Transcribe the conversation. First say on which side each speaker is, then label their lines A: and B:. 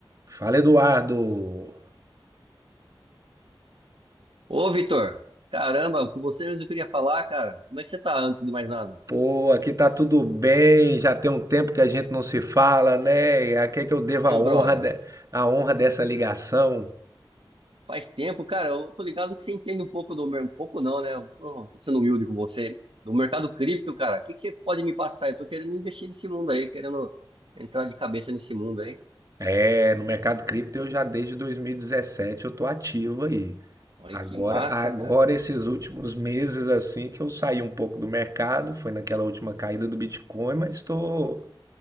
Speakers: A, on the right (about 40°); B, on the right (about 80°).
A: Fala, Eduardo.
B: Ô, Vitor, caramba, com você mesmo eu queria falar, cara. Como é que você tá antes de mais nada?
A: Pô, aqui tá tudo bem, já tem um tempo que a gente não se fala, né? E A que é que eu devo
B: Ô,
A: a honra,
B: brother,
A: de- a honra dessa ligação?
B: faz tempo, cara, eu tô ligado que você entende um pouco do... mer- Um pouco não, né? Eu Tô, tô sendo humilde com você. Do mercado cripto, cara, o que que você pode me passar? Eu tô querendo investir nesse mundo aí, querendo entrar de cabeça nesse mundo aí.
A: É, no mercado cripto eu já desde 2017 eu tô ativo aí.
B: Olha
A: Agora,
B: que massa,
A: agora
B: cara,
A: esses últimos meses assim que eu saí um pouco do mercado, foi naquela última caída do Bitcoin, mas tô,